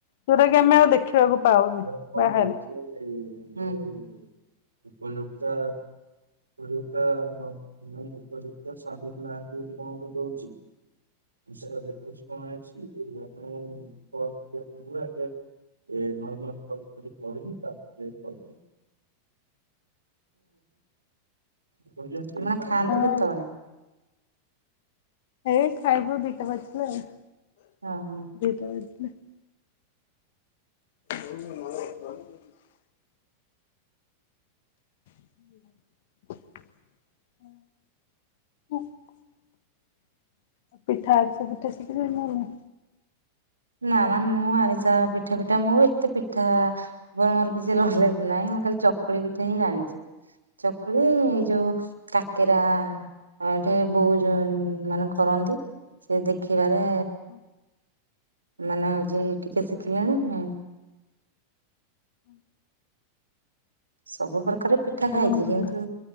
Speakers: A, on the left; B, on the right.
A: ଯୋଉଟା କି
B: ହୁଁ।
A: ଆମେ ଆଉ ଦେଖିବାକୁ
B: ଉପଯୁକ୍ତା
A: ପାଉନି ବାହାରେ।
B: ଉପଯୁକ୍ତା ଉପଯୁକ୍ତା <unintelligible> ନାଁ କେମିତି କଣ ଗୋଟେ ଦଉଛି। ସେଇଟା ଦେଖୁଛି କଣ ହେଇଛି, ଆପଣଙ୍କୁ କଲ୍ କରିଆ <unintelligible> ଏ ନର୍ମାଲ ବହି ପହି ପଢ଼ଲି ତାପରେ ଯାଇ <unintelligible> ହୁଁ ମା ଖାଆନ୍ତି
A: ହଁ
B: କେତେବେଳେ?
A: ଏଇ ଖାଇବୁ ଦିଟା ବାଜିଲେ ଆଉ,
B: ଓହୋ
A: ଦିଟା ବାଜିଲେ। ହୁଁ <unintelligible> <unintelligible> ଉ ପିଠା ଆରିସା ପିଠା ସିଖିଲଣି ନା ନାଇଁ?
B: ନା ନା ମୁଁ ଆରିସା ପିଠା ପିଠା, ମୁଁ ଏତେ ପିଠା ଉପରେ ମୋର କିଛି ନଲେଜ୍ ନାହିଁ। ମୁଁ ଖାଲି ଚକୁଳି ପିଠା ହିଁ ଜାଣିଚି। ଚକୁଳି ଯୋଉ କାକେରା ଏଠେ ବୋଉ ଯ ମାନେ କରନ୍ ନ୍ତି ସେ ଦେଖିବାରେ
A: ହଁ।
B: ମାନେ ହଉଛି ଟିକେ ଶିଖିଲେଣି
A: ହୁଁ।
B: ସବୁ ପ୍ରକାର ପିଠା
A: ମିଠା
B: ଖାଇଛି
A: କଣ ଭଲ
B: କିନ୍ତୁ,